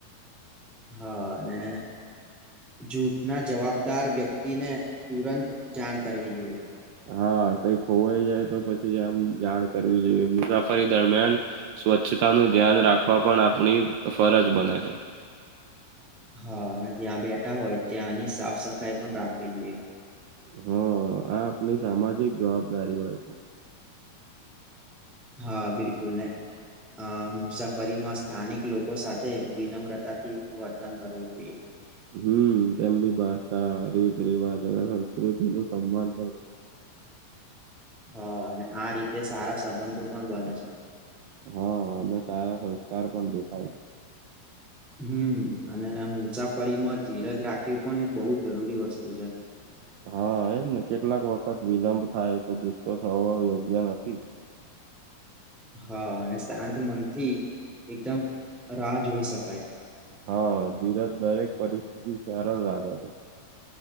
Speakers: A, in the centre; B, on the right.
A: હા અને જૂથના જવાબદાર વ્યક્તિને તુરંત જાણ કરવી જોઈએ.
B: હા કઈક હોોવાઈ જાય તો પછી આમ જાણ કરવી જોઈએ. મુસાફરી દરમિયાન સ્વચ્છતા નું ધ્યાન રાખવા પણ આપણી ફરજ બને છે.
A: હા અને જ્યાં બેઠા હોય ત્યાંની સાફ સફાઈ પણ રાખવી જોઈએ.
B: હા આપ આપની સામાજિક જવાબદારી હોય છે.
A: હા બિલકુલ ને અ મુસાફરીમાં સ્થાનિક લોકો સાથે વિનમ્રતા થી વર્તન કરવું જોઈએ.
B: હમ તેમની ભાષા, રીતિ રિવાજ અને સંસ્કૃતિ નું સન્માન પણ કરવુ
A: હા અને આ રીતે સારા સંબંધો પણ બને છે.
B: હા અને સારા સંસ્કાર પણ દેખાય છે.
A: હમ અને મુસાફરીમાં ધીરજ રાખવી પણ એ બહ જરૂરી વસ્તુ છે.
B: હા એમ ને કેટલાક વખત વિલંબ થાય તો, ગુસ્સો થવો યોગ્ય નથી.
A: હા અને શાંત મનથી એકદમ રાહ જોઈ શકાય.
B: હા ધીરજ દરેક પરિસ્થિતિ સરાળ લાગે છે.